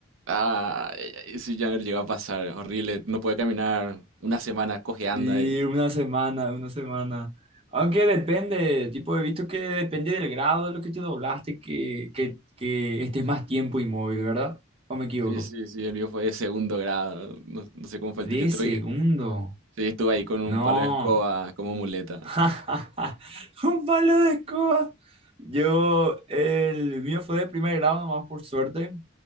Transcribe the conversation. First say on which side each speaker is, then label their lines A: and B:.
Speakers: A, on the right (about 75°); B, on the right (about 30°).
A: Ah, eh, eh, sí, ya no llegó a pasar, horrible, no puede caminar, una semana cojeando.
B: Y una semana, una semana. Aunque depende, tipo, he visto que depende del grado de lo que te doblaste, que, que, que estés más tiempo inmóvil, ¿verdad? ¿O me equivoco?
A: Sí, sí, sí, el mío fue de segundo grado, no, no sé cómo fue el tuyo.
B: De
A: Tuve
B: segundo.
A: que- sí, estuve ahí con un
B: No.
A: palo de escoba como muleta <laughs>
B: <laughs> Un palo de escoba. Yo, el mío fue de primer grado, nomás por suerte,